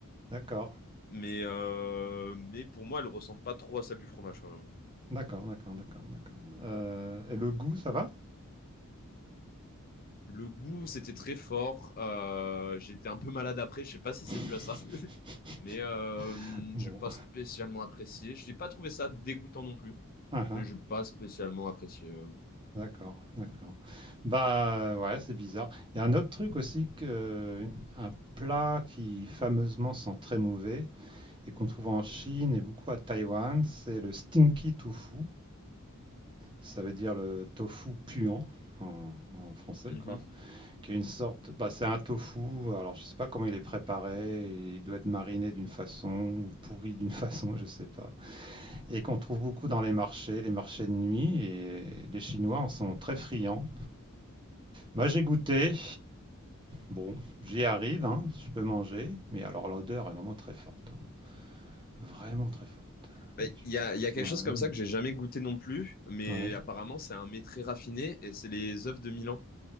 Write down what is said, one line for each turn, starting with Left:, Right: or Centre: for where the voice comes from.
Right: d'accord.
Left: Mais, euh, mais pour moi, elle ressemble pas trop à celle du fromage, quand même.
Right: D'accord, d'accord, d'accord, d'accord. Euh, et le goût, ça va?
Left: Le goût, c'était très fort. euh, j'étais un peu malade après, je sais pas si
Right: <laughs>
Left: c'est dû à ça, <laughs> mais euh,
Right: Bon,
Left: j'ai pas
Right: <laughs>
Left: spécialement apprécié. Je n'ai pas trouvé ça dégoûtant non plus.
Right: ah ah,
Left: mais j'ai pas spécialement apprécié. euh.
Right: d'accord, d'accord. Bah euh, ouais, c'est bizarre. Il y a un autre truc aussi que euh, un plat qui fameusement sent très mauvais et qu'on trouve en Chine et beaucoup à Taïwan, c'est le stinky tofu. Ça veut dire le tofu puant en, en français,
Left: Mhm.
Right: quoi. Qui est une sorte, bah c'est un tofu. Alors je sais pas comment il est préparé. Il doit être mariné d'une façon ou pourri d'une <laughs> façon, je sais pas. et qu'on trouve beaucoup dans les marchés, les marchés de nuit, et les Chinois en sont très friands. Moi, j'ai goûté. Bon, j'y arrive, hein, je peux manger, mais alors l'odeur est vraiment très forte, hein, vraiment très forte.
Left: Bah,
Right: Et tu,
Left: Il y a,
Right: tu
Left: il
Right: la
Left: y
Right: sens
Left: a quelque
Right: dans
Left: chose
Right: la rue.
Left: comme ça
Right: euh,
Left: que j'ai jamais goûté non plus, mais
Right: Ouais.
Left: apparemment c'est un mets très raffiné et c'est les œufs de Milan.